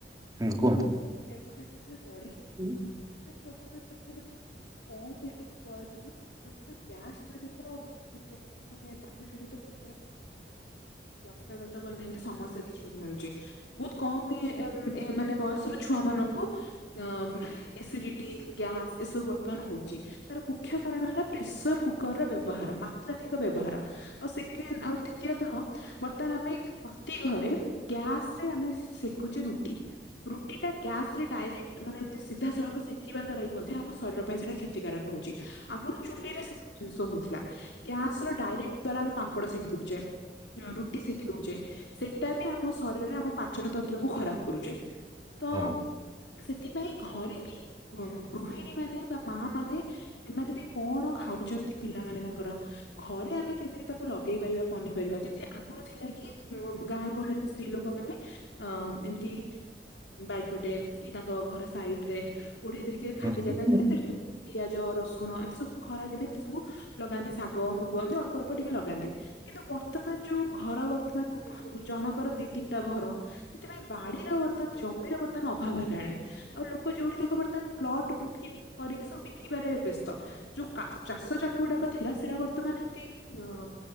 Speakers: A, on the right; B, on the left.
A: ହୁଁ
B: ପ୍ରେସର
A: କୁହନ୍ତୁ।
B: କୁକର୍ ର ବ୍ୟବହାର ଟା ଯୋଉ ବଢିଛି
A: ହୁଁ
B: ସେଥିପାଇଁ ବର୍ତ୍ତମାନ ଦେଖାଯାଉ <unintelligible> କମ ବୟସ ରୁ ବର୍ତମାନ ଗ୍ୟାସ୍ ଜନିତ <unintelligible> ମାନେ ବାୟୁ ଜନିତ <unintelligible> ସ୍ୱାସ୍ଥ୍ୟଗତ ପାଇଁ ଏମିତି ସମସ୍ୟା ଦେଖିବାକୁ ମିଳୁଚି ବହୁତ କମ ଏମ୍ ଏ ମାନେ ବୟସର ଛୁଆ ମାନଙ୍କୁ ଅଁ ମ୍ ଏସିଡିଟି ଗ୍ୟାସ୍ ଏସବୁ ବର୍ତ୍ତମାନ ହଉଚି। ତାର ମୁଖ୍ୟ କାରଣ ହେଲା ପ୍ରେସର କୁକର ର ବ୍ୟବହାର ମାତ୍ରାଧିକ ବ୍ୟବହାର। ଆଉ ସେକେଣ୍ଡ ଆଉ ଦ୍ଵିତୀୟତଃ ବର୍ତ୍ତମାନ ଆମେ ପ୍ରତି ଘରେ ଗ୍ୟାସ୍ ରେ ଆମେ ସେକୁଚେ ରୁଟି ରୁଟି ଟା ଗ୍ୟାସ୍ ରେ ଡାଇରେକ୍ଟ ମାନେ ଏମିତି ସିଧାସଳଖ ସେକିବା ଦ୍ୱାରା ବି ମଧ୍ୟ ଆମ ଶରୀର ପାଇଁ ସେଇଟା କ୍ଷତିକାରକ ହଉଚି। ଆଗରୁ ଚୁଲିରେ ସେ ସବୁ ଜିନିଷ ହଉଥିଲା ଗ୍ୟାସ୍ ର ଡାଇରେକ୍ଟ ଦ୍ଵାରା ଆମେ ପାମ୍ପଡ ଶେକି ଦଉଚେ। ଯୋଉ ରୁଟି ସେକି ଦଉଚେ ସେଟା ବି ଆମ ଶରୀରରେ ଆମ ପାଚନ ତନ୍ତ୍ର କୁ ଖରାପ କରୁଚି ତ
A: ହଁ
B: ସେଥିପାଇଁ ଘରେ ବି ଗୃହିଣୀ ମାନେ ବା ମା ମାନେ ସେମାନେ ବି କଣ ଖାଉଚନ୍ତି ପିଲାମାନେ ତାଙ୍କର ଘରେ ଆମେ କେମିତି ତାକୁ ଲଗେଇ ପାରିବା ପନି ପାରିବା ଯେମିତି ଆଗରୁ ଥିଲା କି ଗାଁ ଗହଳିରେ ସ୍ତ୍ରୀ ଲୋକମାନେ ଅଁ ଏମ୍ ତି ବାରିପଟେ କି ତାଙ୍କ ଘର ସାଇଟ୍ ରେ କୋଡିଏ ଟିକେ ଖାଲି
A: ହୁଁ
B: ଜାଗା ଥିଲା ସେଠି ପିଆଜ ରସୁଣ ଏମିତି ସବୁ ଖରା ଦିନେ ଏମିତି ସବୁ ଲଗାନ୍ତି ଶାଗ ମୁଗ ଏମିତି ଅଳ୍ପ ଅଳ୍ପ ଟିକେ ଲଗାନ୍ତି। କିନ୍ତୁ ବର୍ତ୍ତମାନ ଯୋଉ ଘର ବର୍ତ୍ତମାନ ଜଣଙ୍କର ଦି ତିନିଟା ଘର ସେଥିପାଇଁ ବାଡିର ବର୍ତ୍ତମାନ ଜମିର ବର୍ତ୍ତମାନ ଅଭାବ ହେଲାଣି। ଆଉ ଲୋକ ଯୋଉଠି ତାକୁ ବର୍ତ୍ତମାନ ପ୍ଲଟ ବିକିରି କରିକି ସବୁ ବିକିବାରେ ବ୍ୟସ୍ତ। ଯୋଉ କା ଚାଷ ଜମି ଗୁଡାକ ଥିଲା ସେରା ବର୍ତ୍ତମାନ ଏମିତି ଅଁ